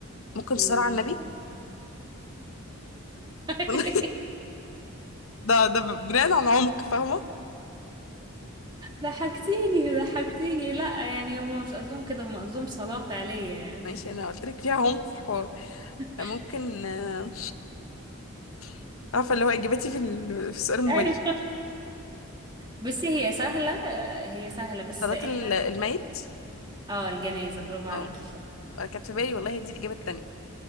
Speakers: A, on the left (about 70°); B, on the right (about 20°).
A: ممكن
B: مم.
A: صلاة على النبي
B: <laughs>
A: والله <laughs> ده ده بناء على عمق فاهمة
B: ضحكتيني ضحكتيني لا يعني هم مش قصدهم كده هم قصدهم صلاة فعلية يعني
A: ماشي انا قلت لك فيها عمق في الحوار
B: <laughs>
A: ممكن آه، <laughs> عارفة اللي هو اجابتي في ال- في السؤال المباشر
B: ايوه بس هي سهلة آه، هي سهلة بس
A: صلاة
B: احنا
A: ال- الميت
B: اه الجنازة برافو عليكي
A: اه
B: شاطر
A: انا كانت في بالي والله دي الإجابة التانية